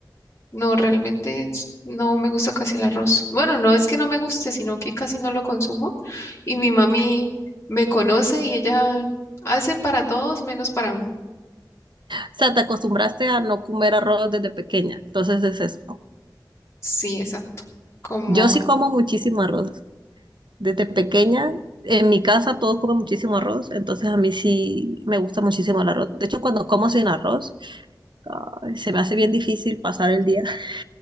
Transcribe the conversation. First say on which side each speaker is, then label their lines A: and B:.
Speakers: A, on the left (about 35°); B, on the right (about 85°).
A: no, realmente es- no me gusta casi el arroz. Bueno, no es que no me guste, sino que casi no lo consumo. Y mi mami me conoce y ella hace para todos menos para mí.
B: sea, te acostumbraste a no comer arroz desde pequeña, entonces es eso.
A: Sí, exacto. Como,
B: Yo sí como muchísimo arroz. Desde pequeña, en mi casa todos comen muchísimo arroz, entonces a mí sí me gusta muchísimo el arroz. De hecho, cuando como sin arroz, ay, se me hace bien difícil pasar el día. <laughs>